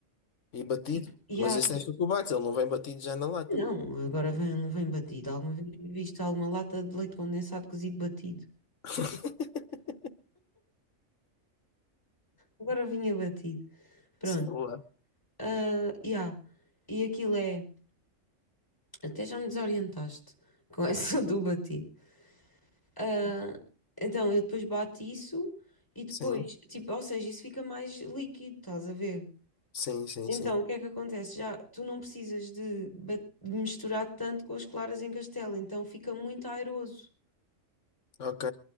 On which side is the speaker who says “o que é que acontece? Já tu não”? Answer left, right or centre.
Left